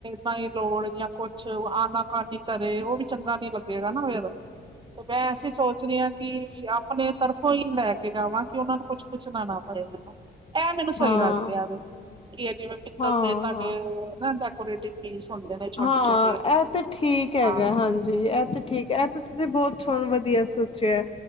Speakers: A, on the right; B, on the left.
A: ਨਾ ਹੀ ਲੋੜ ਜਾਂ ਕੁਛ ਆਨਾ ਕਾਨੀ ਕਰੇ ਉਹ ਵੀ ਚੰਗਾ ਨੀ ਲੱਗੇਗਾ ਨਾ ਫਿਰ, ਤੇ ਮੈਂ ਐਸੀਂ ਸੋਚਦੀ ਹਾਂ ਕਿ ਆਪਣੇ ਤਰਫੋਂ ਹੀ ਲੈ ਕੇ ਜਾਵਾਂ, ਕਿ ਉਹਨਾਂ ਨੂੰ ਕੁਛ ਪੁੱਛਣਾ ਨਾ ਪਏਗਾ। । ਇਹ ਮੈਨੂੰ ਸਹੀ
B: ਹਾਂ
A: ਲੱਗ ਰਿਹਾ ਵੀ ਕੀ ਜਿਵੇਂ ਪਿੱਤਲ
B: ਹਾਂ
A: ਦੇ ਤੁਹਾਡੇ ਨਾ ਡੈਕੋਰੇਟਿ ਸੁ ਹੁੰਦੇ ਨੇ ਛੋਟੇ
B: ਹਾਂ
A: ਛੋਟੇ
B: ਇਹ ਤੇ ਠੀਕ ਹੈਗਾ
A: ਹਾਂ
B: ਹਾਂਜੀ ਇਹੱਥ ਠੀਕ ਹੈ ਇਹ ਤੇ ਤੁਸੀਂ ਬਹੁਤ ਸਹਣ ਵਧੀਆ ਸੋਚਿਆ,